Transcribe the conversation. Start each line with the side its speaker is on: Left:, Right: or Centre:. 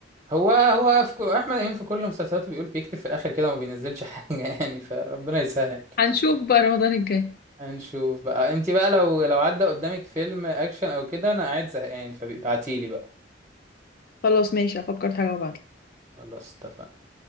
Right: هو هو في كو... احمد امين في كل مسلسلاته بيقول بيكتب في الاخر كده وما بينزلش <laughs> حاجه يعني فربنا يسهل
Left: هنشوف بقى رمضان الجاي
Right: هنشوف بقى انت بقى لو لو عدى قدامك فيلم اكشن او كده انا قاعد زهقان فبيبعتيلي بقى
Left: خلاص ماشي افكر في حاجة وابعتلك
Right: خلاص اتفقنا